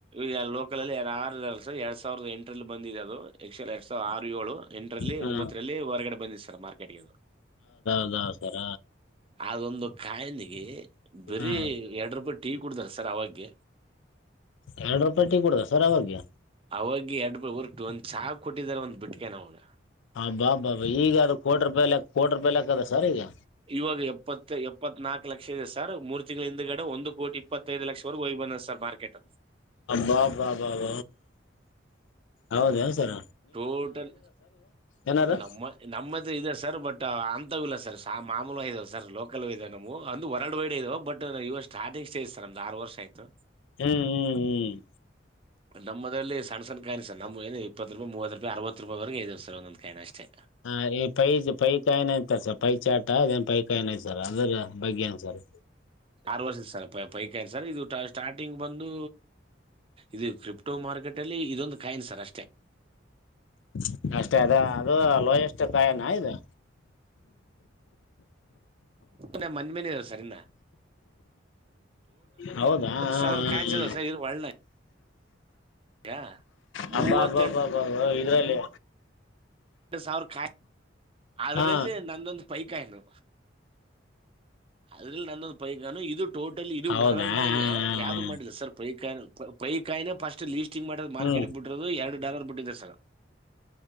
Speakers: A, on the right (about 30°); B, on the left (about 90°).
A: ಇವ ಲೋಕಲ್ ಅಲ್ಲಿ ಯಾರ ಆರ. ಎರಡ್ ಸಾವಿರದ ಎಂಟರಲ್ಲಿ ಬಂದಿದೆ ಅದು. ಎಕ್ಚುಲಿ ಎರಡ್ ಸಾವಿರದ ಆರು ಏಳು ಎಂಟರಲ್ಲಿ
B: ಹ್ಞೂ
A: ಒಂಬತ್ತರಲ್ಲಿ ಹೊರಗಡೆ ಬಂದಿದೆ ಸರ್ ಮಾರ್ಕೆಟ್ಗೆ.
B: ಅಲ್ಲ ಸರ.
A: ಅದೊಂದು ಕಾಯಿನಿಗೆ ಬರೀ
B: ಹಾಂ
A: ಎಡ್ರ ಪಾ. ಟೀ ಕುಡ್ದಾರ ಸರ್ ಅವಾಗಗೆ.
B: ಎರಡು ರೂಪಾಯಿ ಟಿ ಕೊಡುದ ಸರ್ ಅವಾಗ್ಯ.
A: ಅವಾಗ ಎಡ್ ಹೊರ್ಟು ಒಂದ್ ಚಾ ಕೊಟ್ಟಿದಾರ ಒಂದ್ ಬಿಟ್ಕೇನ್ ಅವಾಗ.
B: ಹ ಬಾ ಬಾ ಈಗ ಅದು ಕೋಟಿ ರೂಪಾಯಿ ಕೋಟ ರೂಪಾಯಿ ಲೆಕ್ ಅದ. ಸರ್ ಈಗ
A: ಇವಾಗ ಎಪ್ಪತ್ ಎಪ್ಪತ್ ನಾಕು ಲಕ್ಷ ಇದೆ ಸರ್ ಮೂರ್ ತಿಂಗಳಿಂದ. ಹಿಂದುಗಡೆ ಒಂದು ಕೋಟಿ ಇಪ್ಪತ್ತೈದು ಲಕ್ಷವರೊ ಹೋಗಿ ಬಂದ ಸರ್ ಮಾರ್ಕೆಟ್.
B: ಅಬಾಬಾ ಬಾಬ ಹೌದು ಎನ್ ಸರ.
A: ಟೋಟಲ್
B: ಏನಾರು
A: ನಮ್ಮ ನಮ್ಮತ್ರ ಇದೆ ಸರ್ ಬಟ್ ಅ. ಇಲ್ಲ ಸರ್ ಮಾಮೂ ಇದಾವೆ ಸರ್ ಲೋಕಲ್ ಇದಾವ ನಮ ಒಂದು ವರ್ಲ್ಡ್ ವೈಡ್ ಇದಾವ ಬಟ್ ನ ಇವಷ್ಟ. ಸ್ಟಾರ್ಟಂಗ್ ಸ್ಟೇಜ ಸರ್ ನಂದು ಆರು ವರ್ಷ ಆಯ್ತು.
B: ಹ್ಮ್ ಹ್ಮ್ ಹ್ಮ್.
A: ನಮ್ಮದಲ್ಲಿ ಸಣ್ಣಣ ಕಾಯಿನ್ ಸರ್ ನಮ್ ಏನು ಇಪ್ಪತ್ತುಪಾಯಿ ಮೂವತ್ ರೂಪಾಯಿ ಅರವತ್ತು ರೂಪಾಯಿರೆಗ ಇದೆ ಸರ್ ಒಂದ್ ಒಂದು ಕಾಯಿನ್ ಅಷ್ಟೇ.
B: ಹ ಈ ಪೈ ಪೈಕಾಯಿನ್ತಾರೆ ಸರ್ ಪೈಚಾಟ ಅದೇನ್ ಪೈಕಾಯಿನಯ್ತರ್ ಅದ್ರ ಬಗ್ಗೆ ಏನ್ ಸರ್.
A: ಆರು ವರ್ಷದ ಸರ್ ಪೈಕೈ ಸರ್ ಇದು ಸ್ಟಾರ್ಟಿಂಗ್ ಬಂದು ಇದು. ಟೋ ಮಾರ್ಕೆಟ್ ಅಲ್ಲಿ ಇದೊಂದು ಕಾಯಿನ್ ಸರ್ ಅಷ್ಟೇ
B: <inaudible> ಅಷ್ಟೆ ಅದ ಅದು ಲೋಯೆಸ್ಟ್ ಕಾಯನಾ ಇದು.
A: ನ ಮನ್ ಮೇನೆ ಇದ ಸರಿಂದ
B: ಹೌದಾ ಹ
A: ಸಾವಿರ
B: ಹ
A: ಕಾಯಿನ್ಸ್
B: ಹ್ಮ
A: ಇದಾವೆ ಸರ್ ಇದ್ರ ಒಳ್ಳ ಈಗ
B: ಹಬ್ಬಾ
A: ಮೂವತ್ತೆಂಟು
B: ಹಬ್ಬಾ ಹಬ್ಬ ಹಬ್ಬಾಬ್ ಇದ್ರಲ್ಲಿ
A: ಎರಡು ಸಾವಿರ ಕಾಯ ಅದ್ರಲ್ಲಿ
B: ಹಾ
A: ನಂದೊಂದು ಪೈಕ ಏನು ಅದ್ರಲ್ಲಿ ನಂದೊಂದು ಪೈಕಾನು ಇದು ಟೋಟಲಿ ಇದು
B: ಹೌದಾ
A: ಹೊರಲ್ನಾಗೆ
B: ಹ ಹ
A: ಯಾವ್ದು ಮಾಡಿಲ್ಲ ಸರ್ ಪೈಕಾನು ಪೈ ಕಾಯಿನ ಫಸ್ಟ್ ಲೀಸ್ಟಿಂಗ್ ಮಾಡ್ ಮಾರ್ಕೆಟ್
B: ಹ ಹ್ಮ್
A: ಬಿಡ್ರೋದು ಎರಡು ಡಾಲರ್ ಬಿಟ್ಟಿದೆ ಸರ್